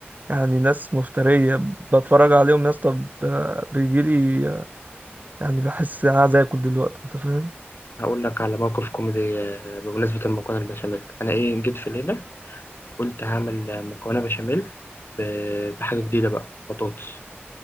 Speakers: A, on the right; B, on the left.
A: يعني ناس مفتريه بتفرج عليهم يا اسطى ب... بيجيلي يعني بحس انا عايز اكل دلوقتي انت فاهم
B: هقول لك على موقف كوميدي آه، بمناسبة المكرونة البشاميل انا ايه جيت في ليلة قلت هعمل آه، مكرونة بشاميل ب- بحاجة جديدة بقى بطاطس